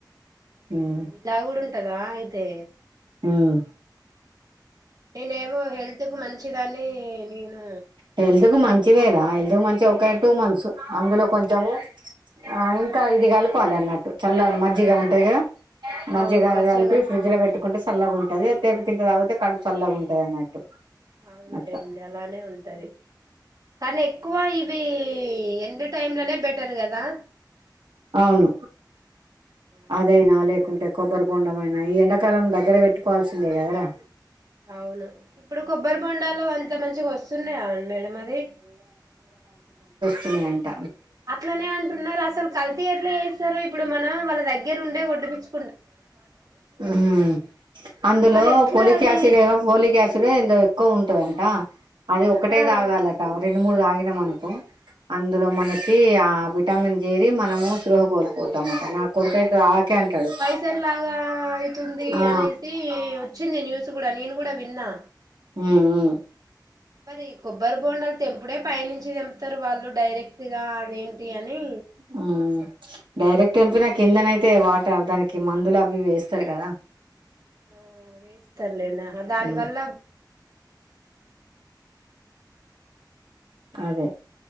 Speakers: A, on the right (about 80°); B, on the right (about 50°).
A: ఉమ్
B: ఓ ఇలా కూడా ఉంటదా అయితే
A: ఉమ్
B: నేనేమో హెల్త్ కు మంచిదని నేను
A: హెల్త్ కు మంచిదేరా హెల్తు మంచిగా ఒక టూ మంత్స్ అందులో కొంచెము ఆ ఇంకా ఇది కలుపాలి అన్నట్టు చల్ల మజ్జిగా ఉంటదే మజ్జిగ
B: అవును మంచిగా
A: గలిపి
B: కలుపుకొని
A: ఫ్రిడ్జ్ లో పెట్టుకుంటే సల్లగా ఉం గదే తెపుకింత తగితే కడుపు సల్లాగా ఉంటది అన్నట్టు
B: అవునులెండి
A: అట్లా
B: అలా నే ఉంటది కానీ ఎక్కువ ఇవి ఎండ టైంలోనే బె పెరుగదా
A: అవును
B: అదే
A: అదయినా
B: అదే
A: లేకుంటే కొబ్బరి బొండమైనా ఈ ఎండకాలం దగ్గర పెట్టుకోవాల్సిందే గదరా
B: అవును ఇప్పుడు కొబ్బరి బొండాలు అంత మంచిగా వస్తున్నాయా అం మేడం అది
A: తుమే అంట
B: అట్లనే అంటున్నారు అసలు కల్తీ ఎట్ల చేస్తారు ఇప్పుడు మన వాళ్ళ దగ్గర ఉండే కొట్టి పిచ్చు
A: ఊహూ అందులో
B: మరి ఎట్లా
A: పోలిక్
B: అది
A: యాసిడో ఫోలిక్ యాసిడో ఏందో ఎక్కువ ఉంటదంట. అది ఒక్కటే
B: ఆ
A: తాగాలట. రెండు మూడు తాగిన మనుకో అందులో మనకి ఆ విటమిన్ జేరి మనము స్పృహ కోల్పోతామాట నాకు కొడుకైతే ఆకే అంటాడు
B: జన్ లాగా ఐతుంది
A: ఆ
B: అనేసి వచ్చింది న్యూస్ కూడా నేను గూడా విన్నా
A: మ్మ్ హ్మ్
B: మరి కొబ్బరి బోండాల్ తెంపుడే పైనించి తెంపుతారు వాళ్ళు డైరెక్ట్గా అదేంటి అని
A: హ్మ్ డైరెక్ట్ తెంపినా కిందనయితే వాట దానికి మందులు అవి వేస్తారు కదా
B: ఆ వేస్తారులేనా దానివల్ల
A: ఉమ్ అదే